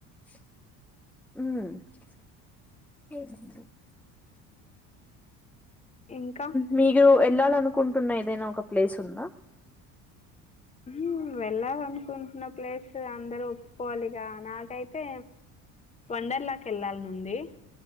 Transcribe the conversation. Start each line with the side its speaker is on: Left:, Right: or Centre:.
Centre: ఉ
Left: ఇంకా
Centre: మీగురు ల్లాలనుకుంటున్న ఏదైనా ఒక ప్లేస్ ఉందా
Left: ఉ వెళ్ళాలనుకుంటున్న ప్లేస్ అందరుూ ఒప్పుకోవాలిగా నాకైతే వండర్ లాక్ యెళ్ళాలనుంది